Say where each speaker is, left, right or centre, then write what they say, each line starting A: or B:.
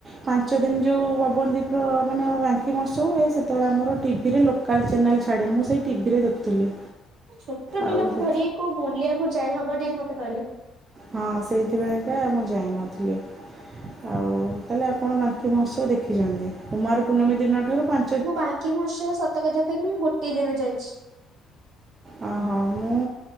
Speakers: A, on the right; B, on the right.
A: ପାଞ୍ଚ ଦିନ ଯୋଉ ହ ବନ୍ଦୀପର ମାନେ ଆମ ବାଙ୍କି ମହୋତ୍ସବ ହୁଏ ସେତୋଳେ ଆମର ଟି ଭି ରେ ଲୋକାଲ୍ ଚ୍ୟାନେଲ୍ ଛାଡ଼େ ମୁଁ ସେଇ ଟି ଭି ରେ ଦେଖୁଥିଲି।
B: ଏ ଛୋଟ
A: ଆଉ
B: ପିଲାକୁ
A: ସେ
B: ଧରିକି କୋଉ ବୁଲିଆକୁ ଯାଇ ହବ ଟିକେ ମତେ କହିଲେ।
A: ହଁ ସେଇଥିପାଇଁକା ମୁଁ ଯାଇନଥିଲି। ଆଉ ତାହେଲେ ଆପଣ ବାଙ୍କି ମହୋତ୍ସବ ଦେଖିଛନ୍ତି କୁମାର ପୂର୍ଣ୍ଣମୀ ଦିନଠାରୁ ପାଁ
B: ମୁଁ ବାଙ୍କି ମହୋତ୍ସବ ସତ କଥା କହିବି ମୁଁ ଗୋଟିଏ ଦିନ ଯାଇଛି।
A: ଅ ହଁ ମୁଁ